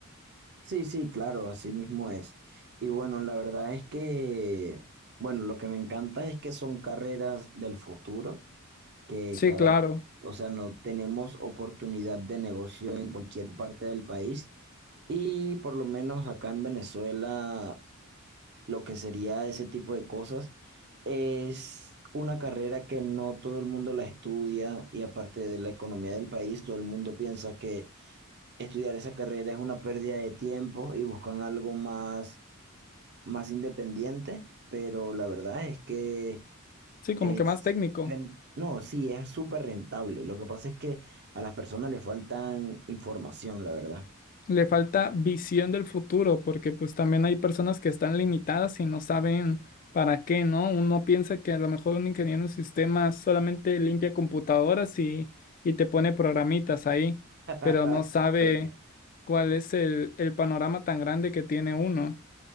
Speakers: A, on the right (about 55°); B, on the left (about 40°).
A: Sí, sí, claro, así mismo es. Y bueno, la verdad es que, bueno, lo que me encanta es que son carreras del futuro, que
B: Sí,
A: cada,
B: claro.
A: o sea, no tenemos oportunidad de negocio en cualquier parte del país. Y por lo menos acá en Venezuela lo que sería ese tipo de cosas. Es una carrera que no todo el mundo la estudia y aparte de la economía del país, todo el mundo piensa que estudiar esa carrera es una pérdida de tiempo y buscan algo más, más independiente, pero la verdad es que
B: Sí, como
A: es...
B: que más técnico.
A: ren- No, sí, es súper rentable. Lo que pasa es que a las personas les faltan información, la verdad.
B: le falta visión del futuro, porque pues también hay personas que están limitadas y no saben para qué, ¿no? Uno piensa que a lo mejor un ingeniero en sistemas solamente limpia computadoras y, y te pone programitas ahí,
A: <laughs>
B: pero no sabe
A: Claro.
B: cuál es el, el panorama tan grande que tiene uno.